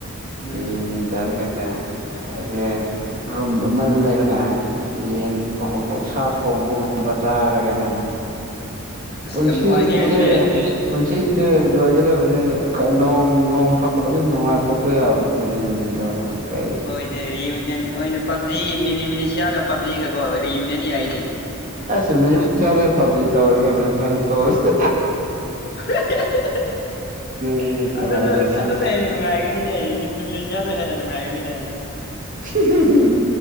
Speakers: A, on the left; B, on the right.
A: ꯎꯝ
B: ꯔꯤꯌꯨꯅꯤꯌꯟ ꯇꯧꯔꯒ ꯑꯩꯁꯦ ꯔꯨꯝ ꯑꯃꯗ ꯂꯩꯔꯦ ꯌꯦꯟ ꯑꯣꯛꯁꯥ ꯊꯣꯡꯕꯒꯨꯝꯕ ꯆꯥꯔꯒꯅꯦ
A: ꯑꯁ
B: ꯄꯨꯟꯁꯤꯁꯦ
A: ꯌꯥꯝ ꯅꯨꯡꯉꯥꯏꯅꯦ
B: ꯄꯨꯟꯁꯤ
A: ꯑꯗꯨꯗꯤ
B: ꯄꯨꯟꯁꯤꯁꯦ ꯂꯣꯏꯒꯗꯕꯅꯤ ꯅꯣꯡ ꯅꯣꯡ ꯐꯥꯗꯣꯛꯇꯤ ꯅꯨꯡꯉꯥꯏꯊꯣꯛꯄ ꯌꯥꯕꯅꯤ ꯔꯤꯌꯨꯅꯤꯌꯟ ꯇꯧꯔꯒ ꯀꯩ
A: ꯑꯣꯏꯅꯦ ꯔꯤꯌꯨꯅꯤꯌꯟ ꯑꯣꯏꯅ ꯄꯕꯖꯤ ꯃꯤꯂꯤꯁꯤꯌꯥꯒ ꯄꯕꯖꯤꯒꯀꯣ ꯔꯤꯌꯨꯅꯤꯌꯟ ꯌꯥꯏꯅꯦ
B: ꯁ ꯃꯤꯂꯤꯃꯤꯁꯤꯔꯦ ꯄꯕꯖꯤ ꯇꯧꯔꯁꯦ ꯃꯤꯂꯤꯃꯤꯁꯤꯔꯥ ꯇꯧꯛꯑꯁꯦ
A: <unintelligible>
B: ꯍꯦꯟꯅ ꯅꯨꯡꯉꯥꯏꯔꯕꯗꯨꯕꯨ
A: ꯑꯗꯨꯅ ꯑꯗꯨꯅ ꯍꯦꯟꯅ ꯅꯨꯡꯉꯥꯏꯒꯅꯤꯅꯦ ꯃꯤꯂꯤꯃꯤꯁꯤꯌꯥꯅ ꯍꯦꯟꯅ ꯅꯨꯡꯉꯥꯏꯒꯅꯤꯅꯦ
B: ꯎ